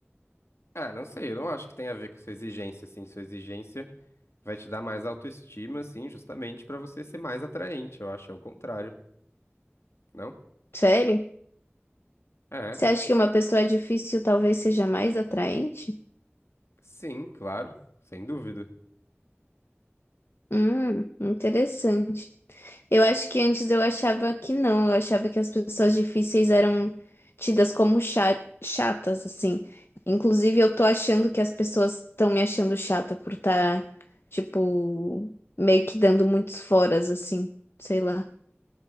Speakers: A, on the left (about 75°); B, on the left (about 60°).
A: Ah, não sei, eu não acho que tem a ver com sua exigência, assim. Sua exigência vai te dar mais autoestima, assim, justamente pra você ser mais atraente. Eu acho, é o contrário, não?
B: Sério?
A: É.
B: Você acha que uma pessoa difícil talvez seja mais atraente?
A: Sim, claro, sem dúvida.
B: Hum, interessante. Eu acho que antes eu achava que não, eu achava que as pessoas difíceis eram tidas como cha- chatas, assim. Inclusive, eu tô achando que as pessoas estão me achando chata por estar, tipo, meio que dando muitos foras, assim, sei lá.